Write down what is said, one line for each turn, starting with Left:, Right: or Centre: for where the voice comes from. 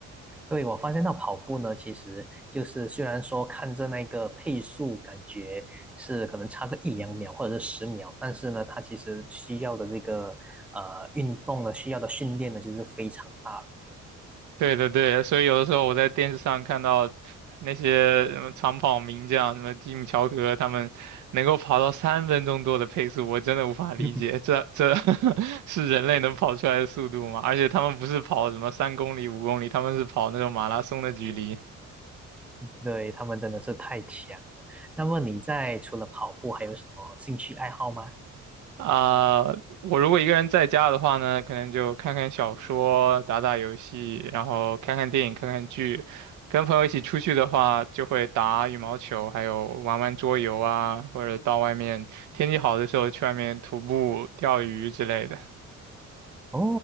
Centre: 对，我发现到跑步呢，其实就是虽然说看着那个配速，感觉是可能差个一两秒或者是十秒，但是呢，它其实需要的这个呃运动呢，需要的训练呢，其实是非常大的。
Right: 对对对，所以有的时候我在电视上看到那些什么长跑名将，什么吉姆乔格，他们能够跑到三分钟多的配速，我真的无法理解，
Centre: <laughs>
Right: 这这 <laughs> 是人类能跑出来的速度吗？而且他们不是跑什么三公里、五公里，他们是跑那种马拉松的距离。
Centre: 对，他们真的是太强了。那么你在除了跑步，还有什么兴趣爱好吗？
Right: 啊、我如果一个人在家的话呢，可能就看看小说、打打游戏，然后看看电影、看看剧。跟朋友一起出去的话，就会打羽毛球，还有玩玩桌游啊，或者到外面天气好的时候去外面徒步、钓鱼之类的。
Centre: 哦，